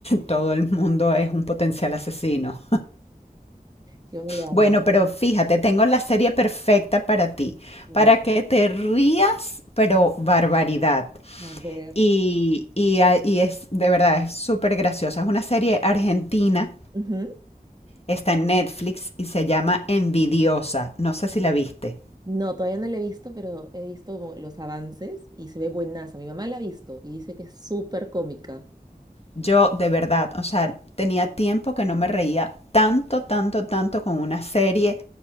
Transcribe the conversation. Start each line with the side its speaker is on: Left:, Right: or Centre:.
Left: todo el mundo es un potencial asesino.
Right: ¿Qué me le da
Left: Bueno,
Right: miedo?
Left: pero fíjate, tengo la serie perfecta para ti,
Right: Ya,
Left: para que te rías, pero barbaridad.
Right: a ver.
Left: Y, y, a- y es de verdad, es súper graciosa. Es una serie argentina,
Right: Ujú.
Left: está en Netflix y se llama Envidiosa. No sé si la viste.
Right: No, todavía no la he visto, pero he visto como los avances y se ve buenaza. Mi mamá la ha visto y dice que es súper cómica.
Left: Yo, de verdad, o sea, tenía tiempo que no me reía tanto, tanto, tanto con una serie.